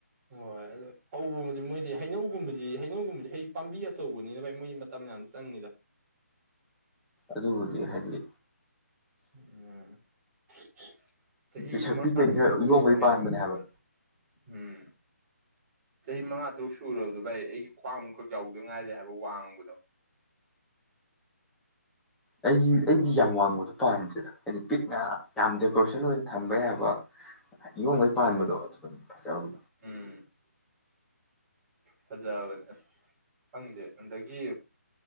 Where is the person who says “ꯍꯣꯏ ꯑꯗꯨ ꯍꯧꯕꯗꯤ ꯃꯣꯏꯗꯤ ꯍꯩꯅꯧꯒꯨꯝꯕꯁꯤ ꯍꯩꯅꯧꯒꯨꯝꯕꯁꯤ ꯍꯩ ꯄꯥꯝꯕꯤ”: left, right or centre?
Right